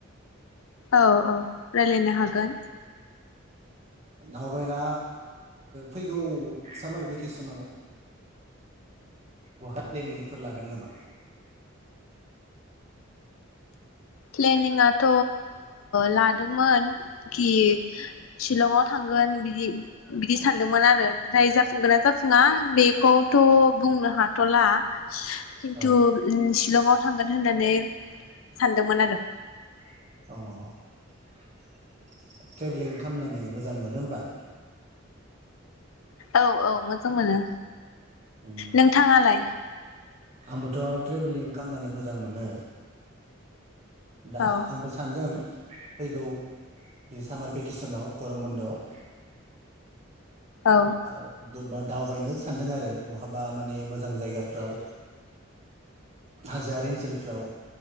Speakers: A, on the left; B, on the right.
A: औ औ राय्लायनो हागोन
B: दावबायबायना फैगौ सामार भेकेसनाव बहा प्लेनिंफोर लादों नामा।
A: प्लेनिंआथ' लादोंमोन कि शिलंआव थांगोन बिदि बिदि सानदोंमोन आरो नाथाय जाफुंगोना जाफुङा बेखौथ' बुंनो हाथ'ला खिन्थु
B: औ
A: उम सिलंआव थांगोन होननानै सान दोंमोन आरो
B: औ <inaudible> ट्रेभेलिं खालामनानै मोजां मोनो होमबा?
A: औ औ मो जां मोनो
B: उम
A: नोंथाङालाय?
B: आंबोथ' ट्रेभेलिं खामनानै मोजां मोनो। दा
A: औ
B: आंबो सानदों फैगौ बेे सामार भेकेसनाव गरम बन्द'आव
A: औ
B: ओ द दावबायनो सानदों आरो आरो बहाबा माने मोजां जायगाफ्राव हाजोआारि ओनसोलफ्राव